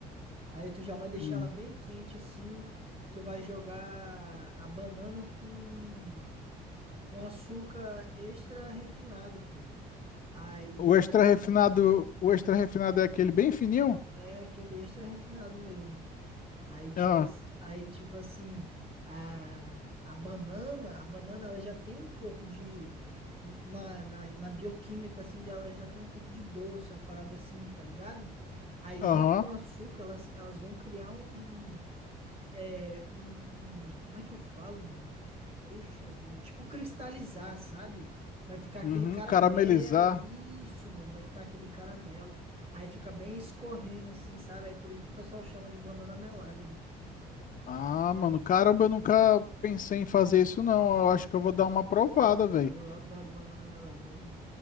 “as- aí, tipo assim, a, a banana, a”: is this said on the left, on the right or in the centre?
Right